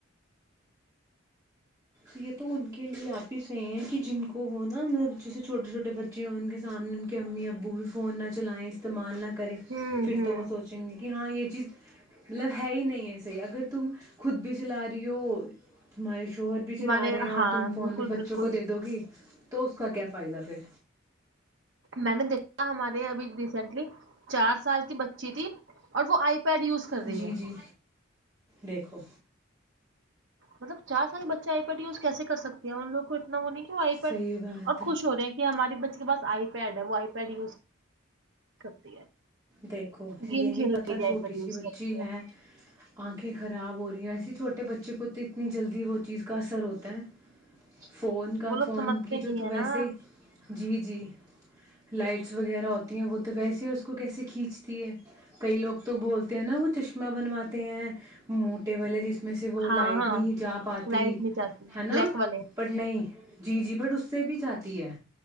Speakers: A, on the right; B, on the right.
A: یہ تو ان کے لیے آپ ہی صحیح ہیں کہ جن کو ہو ن مطلب جیسے چھوٹے چھوٹے بچے ہوں ان کے سامنے ان کے امی ابو بھی فون نہ چلائیں استعمال نہ کریں
B: ہوں
A: پھر
B: ہوں
A: تو وہ سوچیں گے کہ ہاں یہ چیز مطلب ہے ہی نہیں ہے صحی اگر تم خود بھی چلا رہی ہو تارے شوہر بھی چلا
B: ہمارے
A: رہے ہیں اور
B: ہاں
A: تم فون
B: بالکل
A: بھی بچوں
B: بالکل
A: کو دے دو گی تو اس کا کیا فائدہ پھر
B: میں نے دیکھا ہمارے ابھی ریسینٹلی چار سال کی بچی تھی اور وہ آئی پیڈ یز کر
A: جی
B: رہی ہے
A: جی دیکھو
B: مطلب چار سال بچے آئی پٹی اس کیسے کر سکتے ہیں ان لوگ کو اتنا وہ نہیں آ پر
A: صحیح بات
B: اور
A: ہے
B: خوش ہو رہے ہیں کہ ہماراری بچے اس کے پاس آئی پیڈ ہے وہ آئی پیڈ یوز کرتی ہے
A: دیکھو یہ
B: گیم
A: نہیں
B: کھیلنے
A: پتا
B: کے لیے
A: چھوٹی
B: آئی پیڈ یوز
A: سی بچی
B: کرتی
A: ہے انکھیں خراب ہو رہی ہے ویسے چھوٹے بچے کو تو اتنی جلدی وہ چینز کا اثر ہوتا ہے فون کا
B: وہ لوگ
A: فون
B: سمجھتے
A: کی
B: نہیں
A: جو تو ویسے
B: ہے نا
A: جی جی لائٹس وغیرہ ہوتی ہیں وہ تو تو ویسے اس کو کیسے کھینچتی ہے کئی لوگ تو بولتے ہیں نا وہ چشمہ بنواتے ہیں موٹے والے جس میں میں سے وہ
B: ہاں
A: لائٹ
B: ہاں
A: نہیں جا پاتی
B: لائٹ میں جاتی
A: ہے نا
B: بلیک والے
A: بٹ نہیں جی جی بٹ اس سے بھی جاتی ہوتی ہے